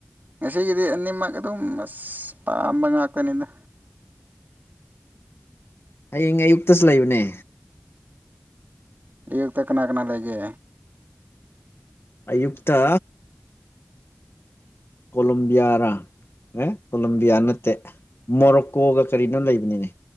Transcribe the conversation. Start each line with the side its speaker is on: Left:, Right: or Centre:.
Right: ꯉꯁꯤꯒꯤꯗꯤ ꯑꯅꯤꯃꯛ ꯑꯗꯨꯝ ꯑꯁ ꯄꯥꯝꯕ ꯉꯥꯛ ꯀꯅꯤꯗ
Left: ꯍꯌꯦꯡ ꯑꯌꯨꯛꯇꯁꯨ ꯂꯩꯕꯅꯦ
Right: ꯑꯌꯨꯛꯇ ꯀꯅꯥ ꯀꯅꯥ ꯂꯩꯒꯦ
Left: ꯑꯌꯨꯛꯇ ꯀꯣꯂꯣꯕꯤꯌꯥꯔꯥ ꯑꯦ ꯀꯣꯂꯝꯕꯤꯌꯥ ꯅꯠꯇꯦ ꯃꯣꯔꯣꯛꯀꯣꯒ ꯀꯔꯤꯅꯣ ꯂꯩꯕꯅꯤꯅꯦ